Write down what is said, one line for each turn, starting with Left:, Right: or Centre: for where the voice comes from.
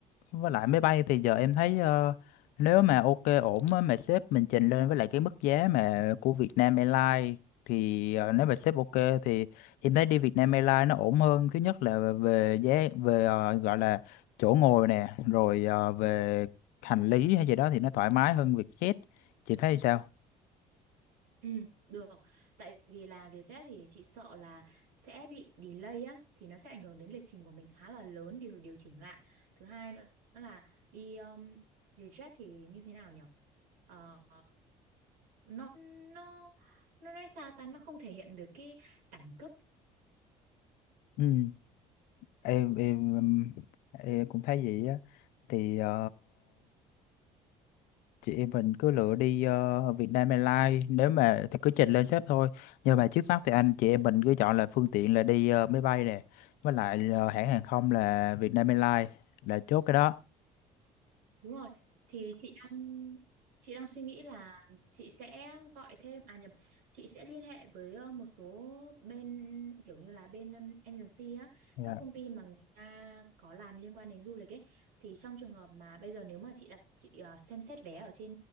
Left: với lại máy bay thì giờ em thấy ờ, nếu mà ok ổn á, mà sếp mình trình lên với lại cái mức giá mà của Vietnam Airlines thì ờ, nếu mà sếp ok thì em thấy đi Vietnam Airlines nó ổn hơn thứ nhất là về giá về ờ, gọi là chỗ ngồi nè rồi ờ, về hành lý hay gì đó thì nó thoải mái hơn Vietjet chị thấy sao
Right: Ừ, được. Tại vì là Vietjet thì chị sợ là sẽ bị delay á, thì nó sẽ ảnh hưởng đến lịch trình của mình khá là lớn điều điều chỉnh lại. Thứ hai nữa là đi um, Vietjet thì như thế nào nhỉ? Ờ, nó nó nó nói sao ta nó không thể hiện được cái đẳng cấp
Left: ừ. em em em em cũng thấy vậy á thì ờ, chị em mình cứ lựa đi ờ, Vietnam Airlines nếu mà thì cứ trình lên sếp thôi nhưng mà trước mắt thì anh chị em mình cứ chọn là phương tiện là đi ờ, máy bay nè với lại ờ, hãng hàng không là Vietnam Airlines là chốt cái đó
Right: Đúng rồi, thì chị đang chị đang suy nghĩ là chị sẽ gọi thêm à nhầm, chị sẽ liên hệ với ờ, một số bên kiểu như là bên um, agency á,
Left: còn
Right: các công ty mà người ta có làm liên quan đến du lịch ấy thì trong trường hợp mà bây giờ nếu mà chị đặt chị ờ, xem xét vé ở trên